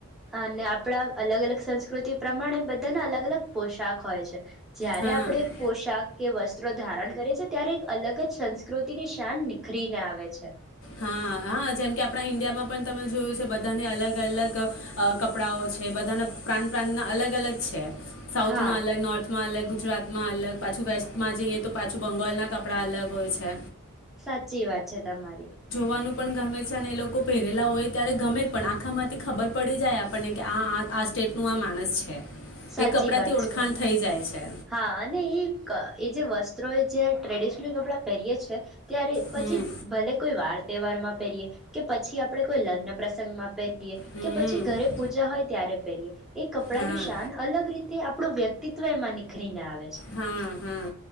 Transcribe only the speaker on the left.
હા
હા હા જેમ કે આપણા ઈન્ડિયામાં પણ તમે જોયું છે બધાને અલગ અલગ કપડાંઓ છે બધાના પ્રાંત પ્રાંતના અલગ અલગ છે સાઉથમાં
અલગ નોર્થમાં અલગ ગુજરાતમાં અલગ પાછું વેસ્ટમાં જઈએ તો પાછું બંગોળનાં કપડાં અલગ હોય છે
<unintelligible> ન પણ ગામે અને એ લોકો પહેરેલા હોય ત્યારે ગમે પણ આખામાંથી ખબર પડી જાય આપણને કે આ આ સ્ટેટ નું આ માણસ છે
એ કપડા
થી ઓળખાણ
થઈ જાય છે
હમ
હમ
હા
હા હા